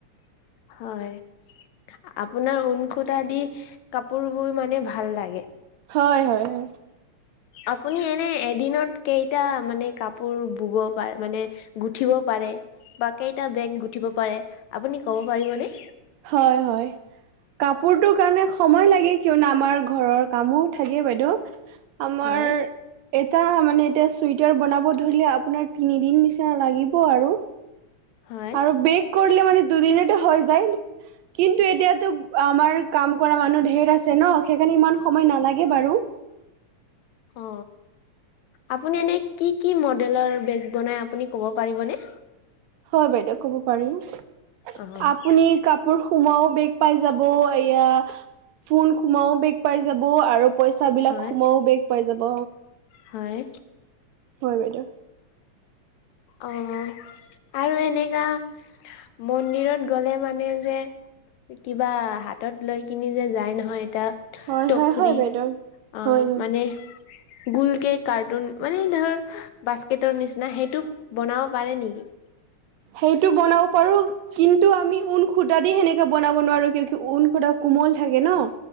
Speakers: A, on the left; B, on the right.
A: হয় আপোনাৰ ঊনসুটাা দি কাপোৰ বই মানে ভাল লাগে
B: হয় হয় হয়
A: আপুনি এনে এদিনত কেইটা মানে কাপোৰ বব পাৰে মানে গুঠিব পাৰে বা কেইটা বেগ গুঠিব পাৰে আপুনি ক'ব পাৰিবনেে
B: হয় হয় কাপোৰটো কাৰণে সময় লাগে কিয়নো আমাৰ ঘৰৰ কামো থাকে বাইদেউ আমাৰ
A: হয়
B: এটা মানে এতিয়া চুৱেটাৰ বনাব ধৰিলে আপোনাৰ তিনি দিন নিচি লাগিব আৰু
A: হয়
B: আৰু বেগ কৰিলে মানে দুদিন এতে হৈ যায় কিন্তু এতিয়াতো আমাৰ কাম কৰা মানুহ ঢেৰ আছে ন সেইকাৰণে ইমান সময় নালাগে বাৰু
A: অ আপুনি এনে কি কি মডেলৰ বেগ বনাই আপুনি ক'ব পাৰিবনে
B: হয় বাইদেউ কব পাৰি
A: অ'।
B: কাপোৰ সোমোৱাও বেগ পাই যাব এয়া ফোন সোমাও বেগ পাই যাব আৰু পইচা বিলাক
A: হয়
B: সোমও বেগ পাই যাব
A: হয়
B: হয় বাইদেউ
A: অ আৰু এনেকা মন্দিৰত গ'লে মানে যে কিবা হাতত লৈ কিনি যে যায় নহয় এতিটা
B: হয়
A: টকৰি
B: হয় হয় বাইদেউ
A: আহ
B: হয় হয়।
A: মানে গোলকে কাৰ্টুন মানে ধৰ বাস্কেটৰ নিচিনা না সেইটো বনাব পাৰে নেকি
B: সেইটো বনাব পাৰো কিন্তু আমি ঊনসূটা দি সেনেকে বনাব নোৱাৰো কিয় কি ঊনসূটা কোমল থাকে ন?